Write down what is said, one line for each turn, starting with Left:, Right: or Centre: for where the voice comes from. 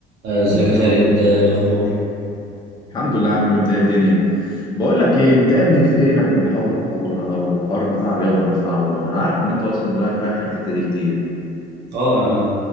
Right: آه، ازيك يا خالد آه، ايه الاخبار
Left: الحمد لله يا عم انت ايه الدنيا بقول لك ايه انت يا ابني فينك من حوار الكوره او الحوار بتاع الرياضه نفسها عموما انا عارف ان انت اصلا دماغك رايح الحته دي كتير
Right: اه انا